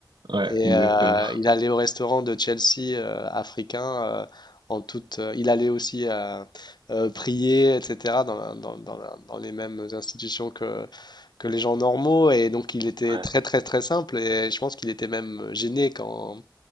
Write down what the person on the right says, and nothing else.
ouais,
exactement.
Ouais.